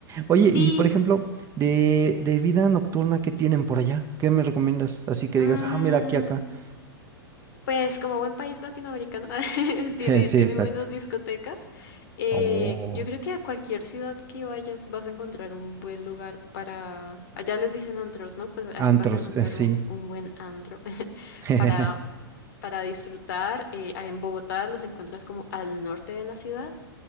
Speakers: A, on the right; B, on the left.
A: Oye,
B: Sí.
A: y por ejemplo, de, de vida nocturna, ¿qué tienen por allá? ¿Qué me recomiendas? Así que
B: mm,
A: digas, ah, mira, aquí, acá. <laughs>
B: Pues como buen país latinoamericano <laughs> tiene,
A: Eh, Sí,
B: tiene
A: exacto.
B: buenas discotecas. Eh,
A: Oh,
B: yo creo que a cualquier ciudad que vayas vas a encontrar un buen lugar para... Allá les dicen antros, ¿no? Pues ahí
A: antros,
B: vas a encontrar
A: eh, sí.
B: un, un buen antro <laughs>
A: <laughs>
B: para, para disfrutar. Eh, ah, en Bogotá los encuentras como al norte de la ciudad